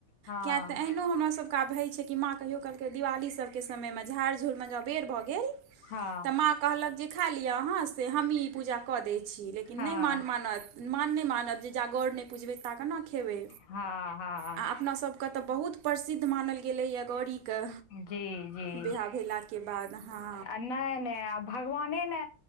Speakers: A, on the left (about 75°); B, on the right (about 80°).
A: हँ
B: कियाकी एहनो हमरा सबके आब होई छै माॅं कहियो काल के दिवाली सब के समयमे झाड़- झूर मे ज बेर भऽ गेल
A: हँ
B: तऽ माँ कहलक जे सिखा लिअ अहाँ से हमहीँ ई पूजा कऽ दै छी लेकिन
A: हँ
B: नहि मान मानत। मान नहि मानत जे, जा गौड़ नहि पुझबै ता केना खेबै।
A: हँ हँ
B: आ अपनासभके तऽ बहुत प्रसिद्ध मानल गेलैए गौड़ीके।
A: जी। जी
B: बिवाह भेला के बाद। हँ
A: आ नै- नै आ भगवाने ने